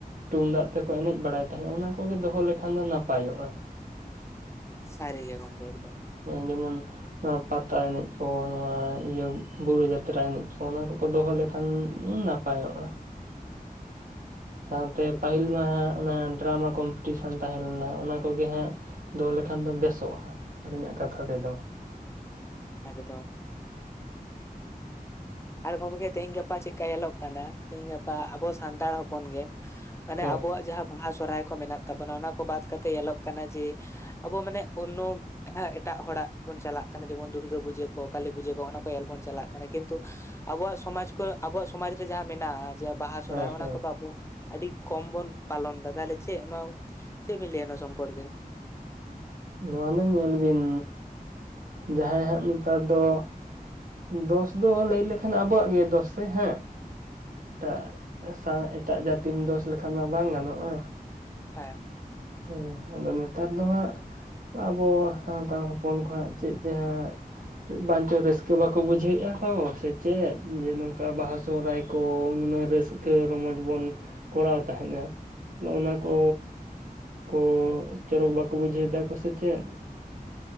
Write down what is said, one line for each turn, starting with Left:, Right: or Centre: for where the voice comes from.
Right: ᱛᱩᱢᱫᱟᱜ ᱛᱮ ᱠᱚ ᱮᱱᱮᱡ ᱵᱟᱲᱟᱭ ᱛᱟᱦᱮᱸᱫ ᱚᱱᱟ ᱠᱚ ᱜᱮ ᱫᱚᱦᱚ ᱞᱮᱠᱷᱟᱱ ᱫᱚ ᱱᱟᱯᱟᱭᱚᱜ-ᱟ᱾
Left: ᱥᱟᱹᱨᱤ ᱜᱮ ᱜᱚᱢᱠᱮ ᱮᱠᱫᱚᱢ
Right: ᱡᱮᱢᱚᱱ ᱱᱚᱣᱟ ᱯᱟᱛᱟ ᱮᱱᱮᱡ ᱠᱚ ᱱᱚᱣᱟ ᱤᱭᱟᱹ ᱵᱩᱨᱩ ᱡᱟᱛᱨᱟ ᱮᱱᱮᱡ ᱠᱚ ᱚᱱᱟ ᱠᱚ ᱠᱚ ᱫᱚᱦᱚ ᱞᱮ ᱠᱷᱟᱱ ᱱᱟᱯᱟᱭᱚᱜᱼᱟ᱾ ᱥᱟᱶᱛᱮ
Left: ᱮᱠᱫᱚᱢ
Right: ᱯᱟᱹᱦᱤᱞ ᱢᱟ ᱦᱟᱸᱜ ᱚᱱᱟ ᱰᱨᱟᱢᱟ ᱠᱚᱢᱯᱤᱴᱤᱥᱮᱱ ᱛᱟᱦᱮᱸ ᱞᱮᱱᱟ ᱚᱱᱟ ᱠᱚ ᱜᱮ ᱦᱟᱸᱜ ᱫᱚᱦᱚ ᱞᱮᱠᱷᱟᱱ ᱫᱚ ᱵᱮᱥᱚᱜᱼᱟ ᱟᱹᱞᱤᱧᱟᱜ ᱠᱟᱛᱷᱟ ᱛᱮᱫᱚ᱾
Left: ᱮᱠᱫᱚᱢ ᱟᱨ ᱜᱚᱝᱠᱮ ᱛᱮᱦᱤᱧ ᱜᱟᱯᱟ ᱪᱮᱫᱠᱟ ᱧᱮᱞᱚᱜ ᱠᱟᱱᱟ ᱛᱮᱦᱤᱧ ᱜᱟᱯᱟ ᱟᱵᱚ ᱥᱟᱱᱛᱟᱲ ᱦᱚᱯᱚᱱ ᱜᱮ ᱢᱟᱱᱮ
Right: ᱦᱮᱸ
Left: ᱟᱵᱚᱣᱟᱜ ᱡᱟᱦᱟᱸ ᱵᱟᱦᱟ ᱥᱚᱨᱦᱟᱭ ᱠᱚ ᱢᱮᱱᱟᱜ ᱛᱟᱵᱚᱱᱟ ᱚᱱᱟ ᱠᱚ ᱵᱟᱫ ᱠᱟᱛᱮ ᱧᱮᱞᱚᱜ ᱠᱟᱱᱟ ᱡᱮ ᱟᱵᱚ ᱢᱟᱱᱮ ᱚᱱᱳ ᱮᱴᱟᱜ ᱦᱚᱲᱟᱜ ᱵᱚᱱ ᱪᱟᱞᱟᱜ ᱠᱟᱱᱟ ᱡᱮᱢᱚᱱ ᱫᱩᱨᱜᱟᱹ ᱯᱩᱡᱟᱹ ᱠᱚ ᱠᱟᱹᱞᱤ ᱯᱩᱡᱟᱹ ᱠᱚ ᱚᱱᱟ ᱠᱚ ᱧᱮᱞᱵᱚᱱ ᱪᱟᱞᱟᱜ ᱠᱤᱱᱛᱩ ᱟᱵᱚᱣᱟᱜ ᱥᱚᱢᱟᱡ ᱠᱚ ᱟᱵᱚᱣᱟᱜ ᱥᱚᱢᱟᱡᱽ ᱨᱮ ᱡᱟᱦᱟᱸ ᱢᱮᱱᱟᱜᱼᱟ ᱡᱮ ᱵᱟᱦᱟ ᱥᱚᱨᱦᱟᱭ
Right: ᱦᱮᱸ ᱦᱮᱸ
Left: ᱚᱱᱟ ᱠᱚᱫᱚ ᱟᱵᱚ ᱟᱹᱰᱤ ᱠᱚᱢ ᱵᱚᱱ ᱯᱟᱞᱚᱱ ᱮᱫᱟ ᱛᱟᱦᱚᱞᱮ ᱪᱮᱫ ᱱᱚᱣᱟ ᱪᱮᱫ ᱵᱤᱱ ᱞᱮᱭᱟ ᱱᱚᱱᱟ ᱥᱚᱢᱯᱚᱨᱠᱮ?
Right: ᱱᱚᱣᱟ ᱫᱚ ᱧᱮᱞ ᱵᱤᱱ ᱡᱟᱦᱟᱸᱭ ᱦᱟᱸᱜ ᱱᱮᱛᱟᱨ ᱫᱚ ᱫᱚᱥ ᱫᱚ ᱞᱟᱹᱭ ᱞᱮᱠᱷᱟᱱ ᱟᱵᱚᱣᱟᱜ ᱜᱮ ᱫᱚᱥ ᱥᱮ ᱦᱮᱸ ᱮᱴᱟᱜ ᱥᱟᱶ ᱮᱴᱟᱜ ᱡᱟᱹᱛᱤᱢ ᱫᱚᱥ ᱞᱮᱠᱷᱟᱱ ᱢᱟ ᱵᱟᱝ ᱜᱟᱱᱚᱜᱼᱟ᱾
Left: <inaudible>
Right: ᱦᱮᱸ ᱟᱫᱚ ᱱᱮᱛᱟᱨ ᱫᱚ ᱦᱟᱸᱜ ᱟᱵᱚ ᱥᱟᱱᱛᱟᱲ ᱦᱚᱯᱚᱱ ᱠᱚᱣᱟᱜ ᱪᱮᱫ ᱡᱮᱦᱟᱸᱜ ᱵᱟᱝᱧᱪᱚ ᱨᱟᱹᱥᱠᱟᱹ ᱵᱟᱠᱚ ᱵᱩᱡᱷᱟᱹᱣᱮᱫᱼᱟ ᱠᱚ ᱥᱮ ᱪᱮᱫ ᱡᱮ ᱱᱚᱝᱠᱟ ᱵᱟᱦᱟ ᱥᱚᱦᱨᱟᱭ ᱠᱚ ᱱᱩᱱᱟᱹᱜ ᱨᱟᱹᱥ ᱨᱠᱟᱹ ᱨᱚᱢᱚᱡᱽ ᱵᱚᱱ ᱠᱚᱨᱟᱣ ᱛᱟᱦᱮᱸᱫ ᱟ᱾ ᱱᱚᱜ ᱱᱚᱣᱟ ᱠᱚ ᱠᱚ ᱪᱚᱨᱚᱠ ᱵᱟᱠᱚ ᱵᱩᱡᱷᱟᱹᱣ ᱫᱟᱠᱚ ᱥᱮ ᱪᱮᱫ